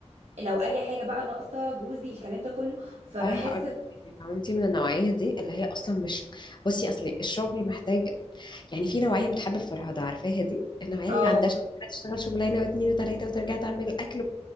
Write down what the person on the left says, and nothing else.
والله هقول لك حاجه لو انت من النوعيه دي اللي هي اصلا مش بصي اصلي الشغل محتاج يعني في نوعيه بتحب الفرهده عارفاها دي النوعيه
اللي عندها شغل تشتغل شغلانه واثنين وثلاثه وترجع تعمل الاكل